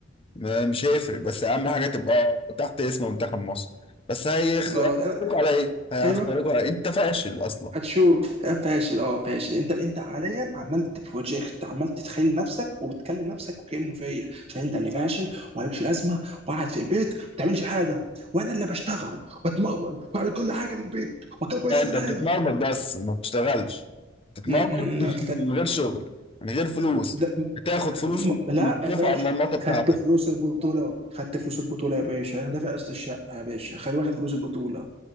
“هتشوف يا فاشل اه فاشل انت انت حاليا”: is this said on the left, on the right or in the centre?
Right